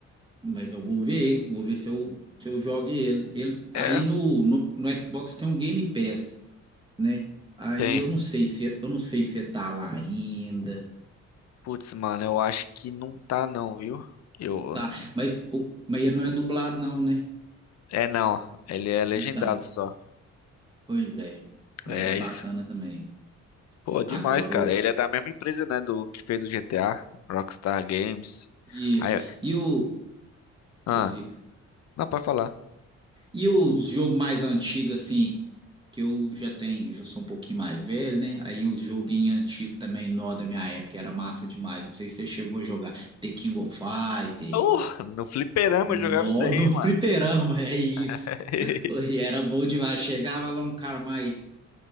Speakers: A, on the right; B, on the left.
A: Mas eu vou ver, vou ver se eu, se eu jogo ele. ele aí
B: É,
A: no, no, no Xbox tem um Game Pass, né? Aí
B: tem.
A: eu não sei se eu não sei se tá lá ainda,
B: Putz, mano, eu acho que não tá não, viu? Eu, eu
A: tá?
B: não-
A: Mas o mas não é dublado não, né?
B: é não, ele é legendado
A: Então,
B: só.
A: pois é, mas
B: É
A: é bacana
B: isso.
A: também.
B: Pô, demais,
A: Agora
B: cara.
A: o
B: Ele é da mesma empresa, né, do que fez o GTA, Rockstar Games.
A: isso.
B: Aí,
A: E o
B: ah,
A: prossiga.
B: não, pode falar.
A: E o jogo mais antigo assim, que eu já tenho, já sou um pouquinho mais velho, né? Aí os joguinhos antigos também, nó da minha época, era massa demais. Não sei se você chegou a jogar The King of Fighter,
B: Uh, no fliperama
A: nó,
B: eu jogava isso aí,
A: no <laughs>
B: mano.
A: fliperama, é isso.
B: <laughs>
A: E era bom demais. Chegava lá um cara mais,